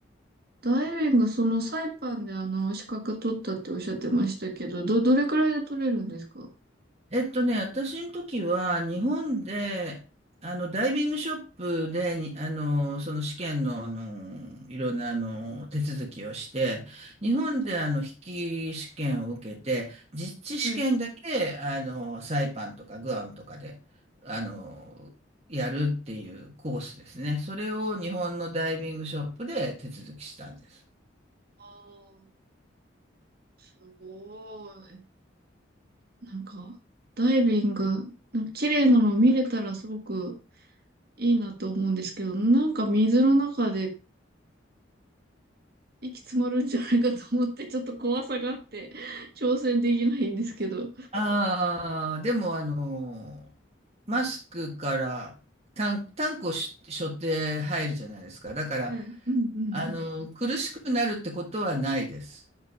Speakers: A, on the right (about 50°); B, on the right (about 35°).
A: ダイビング、そのサイパンであの資格取ったっておっしゃってましたけど、ど、どれくらいで取れるんですか
B: えっとね、私の時は日本で、あの、ダイビングショップでに、あの、その試験の、あの、いろんな、あの、手続きをして、日本で、あの、筆記試験を受けて、実地試験だけ、
A: はい
B: あの、サイパンとかグアムとかで、あの、やるっていうコースですね。それを日本のダイビングショップで手続きしたんです。
A: あーすごい。なんか、ダイビング、なんか綺麗なの見れたらすごくいいなと思うんですけど、なんか水の中で息詰まるんじゃないかと思って、ちょっと怖さがあって、<laughs> 挑戦できないんですけど。
B: ああ、でもあの、マスクからタン、タンクをし背負って入るじゃないですか。だから、
A: はい。うんう
B: あの、
A: ん
B: 苦しくなるってことはないです。